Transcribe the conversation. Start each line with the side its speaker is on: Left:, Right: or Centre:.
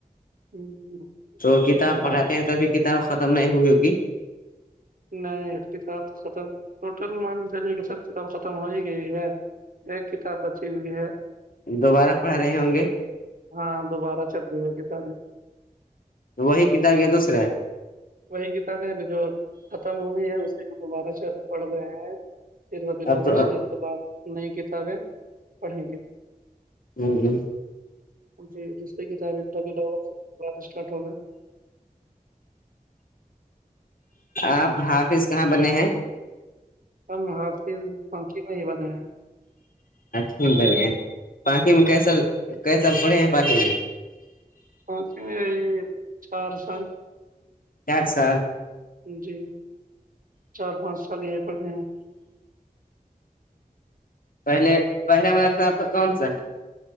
Right: ہم،
Left: تو کتاب
Right: گھر
Left: پڑھاتے
Right: آنے
Left: ہیں تبھی کتاب ختم نہیں ہوئی ہوگی
Right: نہیں کتاب ختم ٹوٹل مان کے چلیے کہ سب کتاب ختم ہو ہی گئی ہے ایک کتاب بچی ہوئی ہے
Left: دوبارہ پڑھ رہے ہوں گے
Right: ہاں دوبارہ چل رہی ہے کتابیں
Left: تو وہی کتاب یہ دوسرا ہے
Right: وہی کتابیں ابھی جو ختم ہوئی ہے اسی کو دوبارہ ش پڑھ رہے ہیں پھر وبیلا
Left: اب
Right: اول شریف کے بعد نئی کتابیں پڑھیں گے
Left: ہوں ہوں
Right: جی دوسری کتابیں کتابھی لگ شرو کے بعد اسٹارٹ ہوگا
Left: آپ حافظ کہاں بنے ہیں
Right: ہم حاظ پنکھی میں ہی بنے ہیں
Left: پ میں ب گ پانک میں کی
Right: جی
Left: سال کی سال پڑھے ہیں پاناکی میں
Right: پانچ میںائی چار سال
Left: چار سال
Right: جی چار پانچ سال یہاں پڑے ہیں
Left: پہلے پہلا مدرسہ آپ کا کون سا ہے